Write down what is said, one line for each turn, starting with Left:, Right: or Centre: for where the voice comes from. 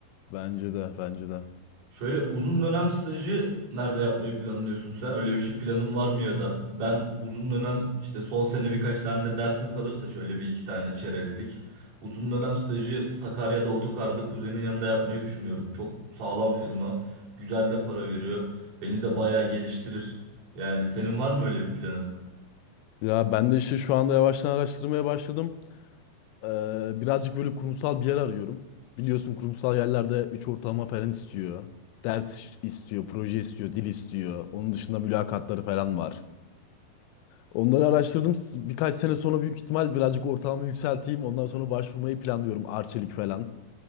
Left: Bence de, bence de.
Right: Şöyle uzun dönem stajı nerede yapmayı planlıyorsun sen? Öyle bir şey planın var mı ya da? Ben uzun dönem işte son sene birkaç tane de dersim kalırsa şöyle bir iki tane çerezlik. Uzun dönem stajı Sakarya'da otokarda kuzenin yanında yapmayı düşünüyorum. Çok sağlam firma, güzel de para veriyor. Beni de bayağı geliştirir. Yani senin var mı öyle bir planın?
Left: Ya ben de işte şu anda yavaştan araştırmaya başladım. Ee, birazcık böyle kurumsal bir yer arıyorum. Biliyorsun kurumsal yerlerde 3 ortalama falan istiyor. Ders istiyor, proje istiyor, dil istiyor. Onun dışında mülakatları falan var. Onları araştırdım. S- Birkaç sene sonra büyük ihtimal birazcık ortalamamı yükselteyim. Ondan sonra başvurmayı planlıyorum. Arçelik falan.